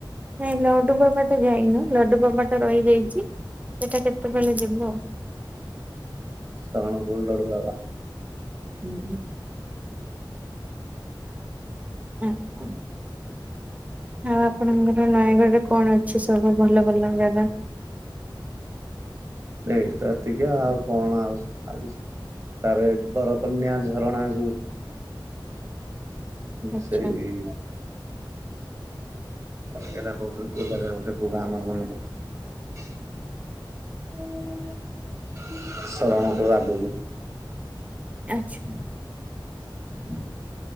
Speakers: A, on the right; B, on the right.
A: ନାଇଁ ଲଡୁବାବା ତ ଯାଇନୁ ଲଡୁବାବା ଟା ରହିଯାଇଛି ସେଟା କେତେବେଳେ ଯିବୁ।
B: ଶରଣକୁଳୁ ଲଡୁବାବା
A: ହୁଁ ହୁଁ ହ <inaudible> ଆଉ ଆପଣଙ୍କର ନୟାଗଡ କଣ ଅଛି ସବୁ ଭଲ ଭଲ ଜାଗା?
B: ଏଇଠି ତ ଏତିକି ଆଉ କଣ ଆଉ ଆଉ କିଛି ନାଇଁ। ତାପରେ ବରକନ୍ୟା ଝରଣା ଯୋଉ
A: ଆଚ୍ଛା
B: ସେଇ ହରିଆନା କହୁଛନ୍ତି କୋଉ ଜାଗା ଗୋଟେ କୋଉ ଗାଁ ମୋର ମନେ ପଡୁନି। <unintelligible> ଶରଣକୁଳ ଆଗୁକୁ।
A: ଆଚ୍ଛା।
B: <inaudible> ହୁଁ।